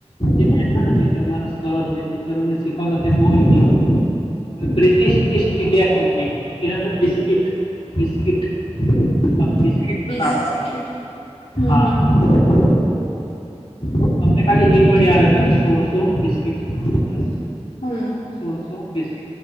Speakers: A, on the left; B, on the left.
A: જે મેથડ હતી જે અમારા સર જે ટીચરોને શીખવાતા બહુ યુનિક હવે બ્રિટિશ ઈસ્ટ ઇન્ડિયા કંપની એનામે બિસ્કીિટ બિસ્કીિટ સ્ટનું
B: બિસ્કીટ
A: નામ આપેલું એને
B: હમ
A: હા
B: હમ
A: તો તમને ખાલી એક વાર યાદ પડે કે સોરસો તો બિસ્કિટ બસ
B: હમ
A: સોળસો બીસ